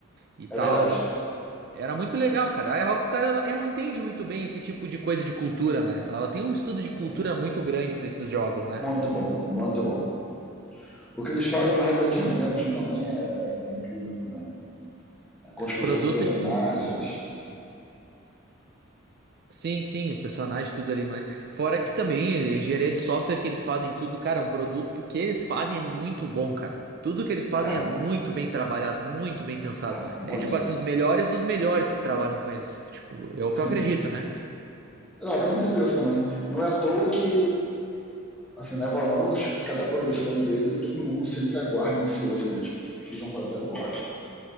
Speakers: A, on the right (about 50°); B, in the centre.
A: E tal.
B: é verdade.
A: Era muito legal, cara. A Rockstar, ela, ela entende muito bem esse tipo de coisa de cultura, né? Ela tem um estudo de
B: Sim.
A: cultura muito grande pra esses jogos, né?
B: Muito bom, muito bom. O que eles fazem na Red Dead Redemption também é, é incrível também, né? A construção
A: Produto,
B: de personagens.
A: sim, sim, o personagem, tudo ali, mas fora que também a engenharia de software que eles fazem tudo, cara, é um produto que eles fazem é muito bom, cara. Tudo que eles fazem
B: É,
A: é muito bem trabalhado, muito bem pensado.
B: é, muito.
A: É tipo assim, os melhores dos melhores que trabalham com eles. Tipo, é o
B: Sim.
A: que eu acredito, né?
B: Não, eu também entendo isso também. Não é à toa que assim, leva anos cada produção deles, todo mundo sempre aguarda ansioso, né? Tipo, o que eles vão fazer agora?